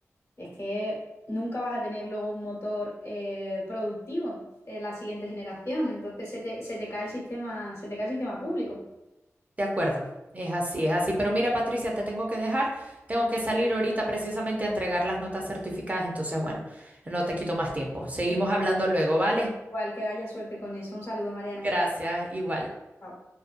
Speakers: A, on the left; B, on the right.
A: es que nunca vas a tener luego un motor eh, productivo en la siguiente generación. Entonces se te, se te cae el sistema, se te cae el sistema público.
B: De acuerdo, es así, es así. Pero mira, Patricia, te tengo que dejar. Tengo que salir ahorita precisamente a entregar las notas certificadas. Entonces, bueno, no te quito más tiempo. Seguimos
A: Bueno,
B: hablando luego, ¿vale?
A: Igual que haya suerte con eso. Un saludo, Mariana.
B: Gracias, igual.
A: Chao.